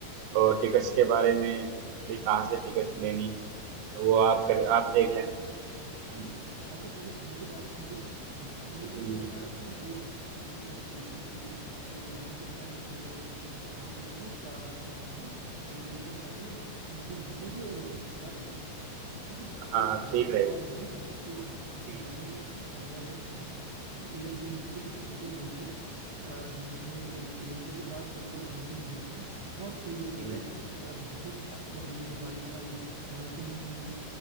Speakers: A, on the right; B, on the right.
A: और टिकट्स के बारे में भी कहाँ से टिकट्स
B: हम्म
A: लेनी है वो आप
B: एज
A: कर
B: सच
A: आप देख लेना हम्म,
B: एज सच मैंने विभू से बात की है विभू ने तो
A: हम्म,
B: मेरे को बताया कि वो एक हफ्ते तक बिल्कुल फ्री है तो मैंने भी प्लान उसी अकॉर्डिंग बनाया कि पांच दिन और चार रात का प्लान है एक दिन का ट्रैवल है तीन दिन घूमेंगे और एक दिन के बाद रिटर्न ठीक है
A: हाँ
B: और
A: ठीक
B: रहा सवाल
A: रहेगा
B: रहने का तो
A: ठीक
B: मैंने ऑनलाइन एयरबीएनबी से कुछ होटल देखे अ, जिनमें एक श्रीनगर के पास होटल त्रंबू मुझे दिखा है बहुत सही होटल
A: है।
B: है अ, बहुत साफ कमरे wifi balcony view